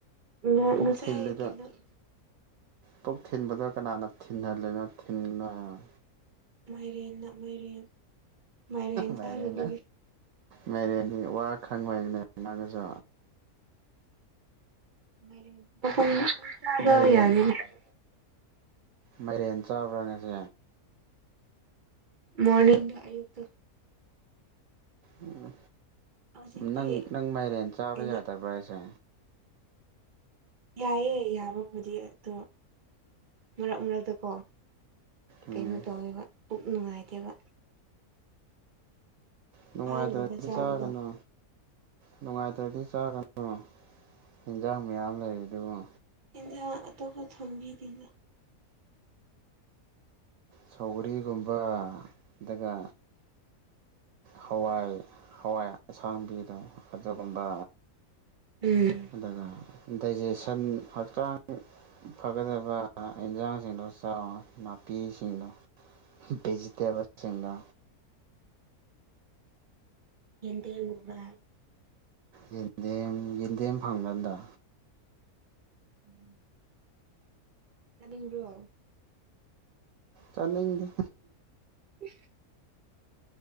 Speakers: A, on the right; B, on the right.
A: ꯎꯝ
B: ꯄꯨꯛ
A: ꯉꯁꯥꯢꯗꯤ
B: ꯊꯤꯜꯂꯤꯗꯣ
A: ꯅꯪ
B: ꯄꯨꯛ ꯊꯤꯟꯕꯗ ꯀꯅꯥꯅ ꯊꯤꯟꯍꯜꯜꯂꯤꯅꯣ ꯊꯤꯟꯒꯅꯣ ꯍꯥꯏꯌꯣ
A: ꯃꯥꯏꯔꯦꯟꯅ ꯃꯥꯏꯔꯦꯟ ꯃꯥꯏꯔꯦꯟ
B: ꯃꯥꯢꯔꯦꯟ
A: ꯆꯥꯔꯨꯕꯒꯤ
B: ꯃꯥꯢꯔꯦꯟ ꯋꯥ ꯈꯪꯉꯣꯏꯅꯦ ꯅꯪꯁꯨ
A: <unintelligible>
B: ꯃꯥꯏꯔꯦꯟ ꯃꯥꯏꯔꯦꯟ ꯆꯥꯕ꯭ꯔꯣ ꯉꯁꯤ
A: ꯃꯣꯔꯅꯤꯡꯗ ꯑꯌꯨꯛꯇ
B: ꯎꯝ
A: ꯍꯧꯖꯤꯛꯇꯤ
B: ꯅꯪ ꯅꯪ ꯃꯥꯏꯔꯦꯟ ꯆꯥꯕ
A: ꯀꯩꯅꯣ
B: ꯌꯥꯗꯕ꯭ꯔꯣ ꯍꯥꯏꯁꯦ
A: ꯌꯥꯏꯑꯦ ꯌꯥꯕꯕꯨꯗꯤ ꯑꯗꯣ ꯃꯔꯛ ꯃꯔꯛꯇ ꯀꯣ
B: ꯎꯝ
A: ꯀꯩꯅꯣ ꯇꯧꯋꯤꯕ ꯄꯨꯛ ꯅꯨꯡꯉꯥꯏꯇꯦꯕ
B: ꯅꯨꯡꯉꯥꯏꯇ꯭ꯔꯥꯗꯤ
A: ꯄꯥꯟꯒꯨꯝꯕ ꯆꯥꯕꯗꯣ
B: ꯆꯥꯒꯅꯣ ꯅꯨꯡꯉꯥꯏꯇ꯭ꯔꯗꯤ ꯆꯥꯒꯗ꯭ꯔꯣ ꯌꯤꯟꯖꯥꯡ ꯃꯌꯥꯝ ꯂꯩꯔꯤꯗꯨꯕꯨ
A: ꯏꯟꯅ ꯑꯇꯣꯞꯄ ꯊꯣꯟꯕꯤꯗꯅ
B: ꯁꯧꯒꯔꯤꯒꯨꯝꯕ ꯑꯗꯨꯒ ꯍꯋꯥꯏ ꯍꯋꯥꯏ ꯑꯁꯥꯡꯕꯤꯗꯣ ꯑꯗꯨꯒꯨꯝꯕ
A: ꯎꯝ
B: ꯑꯗꯨꯒ ꯗꯥꯏꯖꯦꯁꯟ ꯍꯛꯆꯥꯡ ꯐꯒꯗꯕ ꯏꯟꯁꯥꯡꯁꯤꯡꯗꯣ ꯆꯥꯎ ꯅꯥꯄꯤꯁꯤꯡꯗꯣ ꯚꯦꯖꯤꯇꯦꯕꯜꯁꯤꯡꯗ
A: ꯑꯦꯟꯗꯦꯝꯒꯨꯝꯕ
B: ꯌꯦꯟꯗꯦꯝ ꯌꯦꯟꯗꯦꯝ ꯐꯪꯕ꯭ꯔꯥ ꯑꯗꯨꯗ
A: ꯎꯝ ꯆꯥꯅꯤꯡꯕ꯭ꯔꯣ
B: ꯆꯥꯅꯤꯡꯗꯦ
A: ꯎ <unintelligible>